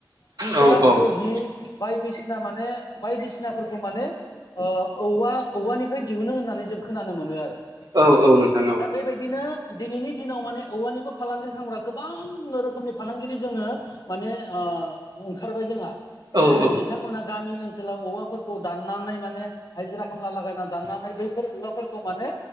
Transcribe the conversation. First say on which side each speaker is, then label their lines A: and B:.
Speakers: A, on the left (about 55°); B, on the right (about 55°).
A: बिजाब
B: औ औ
A: बहि बायदिसिना माने बायदिसिनाफोरखौ माने औवा औवानिफ्राय दिहुनो होननानै जों खोनानो मोनो आरो
B: औ औ नोंथां
A: दा बेबायदिनो दिनैनि दिनाव माने औवानिबो फालांगिरि खालामग्रा गोबां रोखोमनि फालांगिरि जोङो माने ओंखारबाय जोंहा।
B: औ
A: जेरैहाय
B: औ औ
A: बिथांमोना गामि ओनसोलाव औवाफोरखौ दाननानै माने हाजिरा खामला लागायनानै दाननानै बैफोर औवाफोरखौ माने